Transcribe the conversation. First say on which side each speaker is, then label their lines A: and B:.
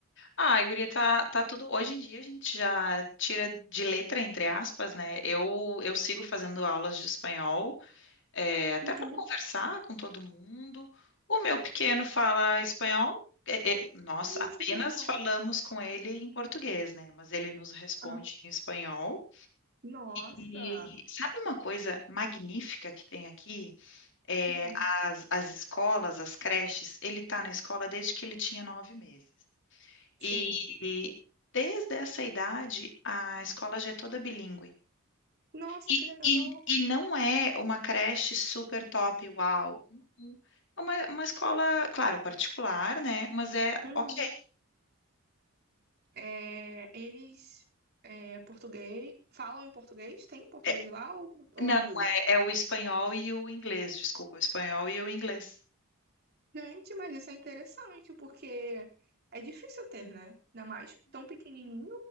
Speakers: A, on the left; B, on the right.
A: Ah, a guria tá, tá tudo. Hoje em dia a gente já tira de letra, entre aspas, né? Eu, eu sigo fazendo aulas de espanhol, é, até
B: Uhum.
A: para conversar com todo mundo. O meu pequeno fala espanhol, é, é, nós
B: Nossa,
A: apenas
B: que legal.
A: falamos com ele em português, né? Mas ele nos responde
B: Ah,
A: em espanhol.
B: nossa,
A: E sabe uma coisa magnífica que tem aqui? É,
B: Uhum,
A: as, as escolas, as creches, ele tá na escola desde que ele tinha nove meses. E,
B: sim.
A: e desde essa idade, a escola já é toda bilíngue.
B: Nossa,
A: E,
B: que legal.
A: e, e não é uma creche super top, uau. Não. É uma, uma escola, claro, particular, né? Mas é
B: Uhum.
A: ok.
B: É, eles é, português, falam em português? Tem português
A: É-
B: lá ou, ou
A: não,
B: em inglês?
A: é, é o espanhol e o inglês, desculpa, o espanhol e o inglês.
B: Gente, mas isso é interessante, porque é difícil ter, né? Ainda mais tão pequenininho.